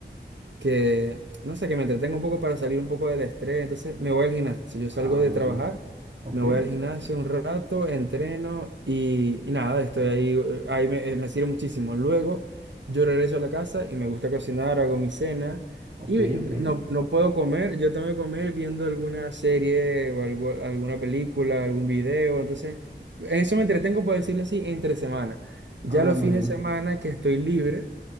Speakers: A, on the right; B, on the right.
A: que, no sé, que me entretengo un poco para salir un poco del estrés. Entonces me voy al gimnasio. Yo salgo
B: Ah,
A: de
B: muy
A: trabajar,
B: bien. Ok,
A: me voy al gimnasio un rato, entreno y, y nada, estoy ahí, eh, ahí me, eh, me sirve muchísimo. Luego yo regreso a la casa y me gusta cocinar, hago mi cena.
B: ok,
A: Y
B: ok.
A: no, no puedo comer, yo tengo que comer viendo alguna serie o algo- alguna película, algún video. Entonces, en eso me entretengo, por decirlo así, entre semana. Ya
B: Ah,
A: los
B: muy
A: fines
B: bien.
A: de semana que estoy libre,